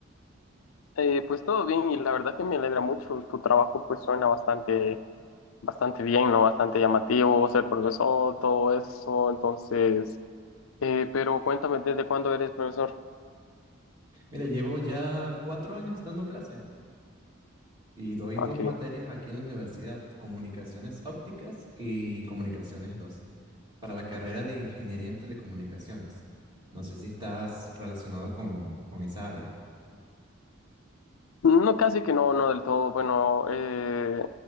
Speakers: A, on the left; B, on the right.
A: Eh, pues todo bien y la verdad que me alegra mucho. Tu trabajo pues suena bastante, bastante bien, ¿no? Bastante llamativo, ser profesor, todo eso. Entonces, eh, pero cuéntame, ¿desde cuándo eres profesor?
B: Mira, llevo ya cuatro años dando clases y doy
A: Ah,
B: dos
A: qué
B: materias
A: bien.
B: aquí en la universidad, comunicaciones ópticas y comunicaciones 2 para la carrera de ingeniería en telecomunicaciones. No sé si estás relacionado con, con esa área.
A: No, casi que no, no del todo. Bueno, eh,